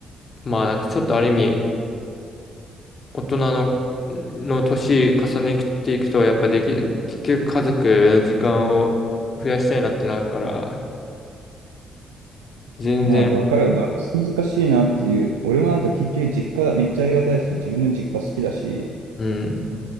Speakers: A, on the left; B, on the right.
A: まあなんかちょっとある意味、大人の、の年重ねていくと、やっぱでき、結局家族の時間を増やしたいなってなるから、全然、
B: まあ、わかるバランス難しいなっていう。俺もなんか結局実家めっちゃありがたいし、自分の実家好きだし、
A: うん、